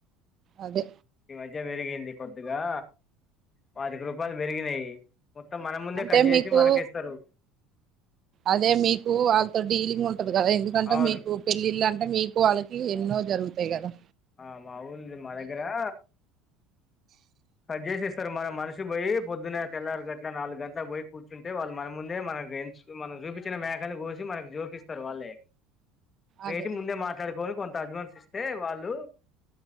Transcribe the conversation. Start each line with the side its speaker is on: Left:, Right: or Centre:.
Right: అదే
Left: ఇగా వేరిగింది కొద్దుగా, పాతిక రూపాలు వేరిగినయ్. మొత్తం మన ముందే
Right: అంటే
Left: కడ్ జేచి
Right: మీకు
Left: మనకేస్తారు.
Right: అదే మీకు వాళ్ళతో డీలింగ్ ఉంటది గదా, ఎందుకంటే
Left: అవును
Right: మీకు పెళ్ళిల్ అన్ అంటే మీకు వాళ్ళకి ఎన్నో జరుగుతాయ్ గదా.
Left: ఆ మా ఊల్ మా దగ్గరా కాడ్ జేస్ ఏస్తరు. మన మనిషి బోయ్, పొద్దున్న తెల్లరు గట్లా, నాలుగు గంట్లా బోయి కూర్చుంటే వాళ్ళు మన ముందే మన తన్ రేంజ్షుకు మనం జూపించిన మేకలు గోసి మనకి జోకిస్తారు వాళ్ళే. రేటి
Right: అదే
Left: ముందే మాట్లాడుకొన్ కొన్ తడ్వాన్స్ ఇస్తే వాళ్ళు